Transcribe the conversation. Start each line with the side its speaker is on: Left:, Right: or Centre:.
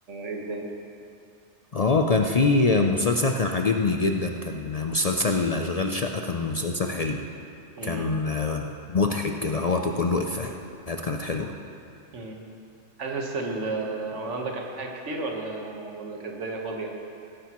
Right: ايه الدنيا
Left: اه كان في مسلسل كان عاجبني جدا كان مسلسل اشغال شقه كان مسلسل حلو
Right: مم.
Left: كان مضحك كده هوت وكله افيهات كانت حلوه
Right: مم. حاسس ال- رمضان ده كان في حاجات كتير ولا ولا كانت الدنيا فاضية